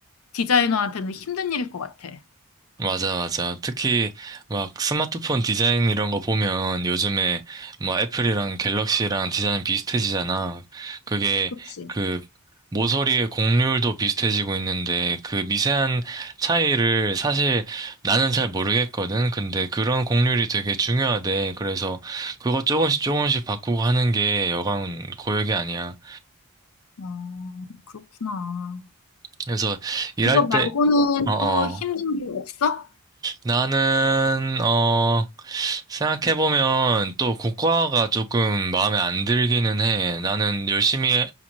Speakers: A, on the left; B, on the right.
A: 디자이너한테는 힘든 일일 것 같아.
B: 맞아, 맞아. 특히 막 스마트폰 디자인 이런 거 보면 요즘에 뭐 애플이랑 갤럭시랑 디자인 비슷해지잖아. 그게
A: 그치.
B: 그 모서리의 곡률도 비슷해지고 있는데 그 미세한 차이를 사실 나는 잘 모르겠거든. 근데 그런 곡률이 되게 중요하대. 그래서 그거 조금씩 조금씩 바꾸고 하는 게 여간 고역이 아니야.
A: 아, 그렇구나.
B: 그래서 일할
A: 그거 말고는
B: 때, 어어.
A: 또 힘든 게 없어?
B: 나는, 어, 생각해보면 또 국과가 조금 마음에 안 들기는 해. 나는 열심히